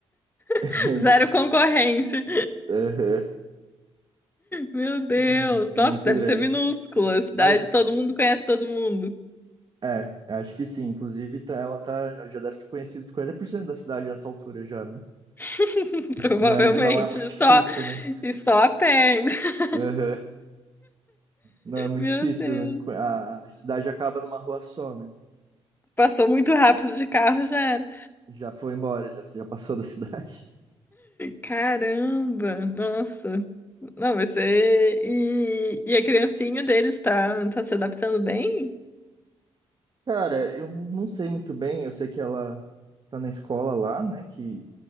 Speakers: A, on the right; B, on the left.
A: <laughs>
B: <laughs>
A: de-
B: Zero concorrência.
A: Aham.
B: Meu Deus,
A: Hum, Muito
B: nossa, deve
A: grande.
B: ser minúscula. Cidade,
A: Mas
B: todo mundo conhece todo mundo.
A: É, acho que sim. Inclusive, tá- ela tá, já deve ter conhecido cinquenta por cento da cidade a essa altura já, né?
B: <laughs> Provavelmente,
A: Não é, não é muito difícil,
B: só,
A: né?
B: e só a pé. ainda. <laughs>
A: Aham. Não é muito
B: Meu
A: difícil,
B: Deus.
A: né? A, a cidade acaba numa rua só, né?
B: Passou muito rápido de carro, já era.
A: Já foi embora, já, já passou <laughs> da cidade.
B: Caramba, nossa. Não, você. E, e a criancinha deles tá, tá se adaptando bem?
A: Cara, eu não sei muito bem. Eu sei que ela tá na escola lá, né? Que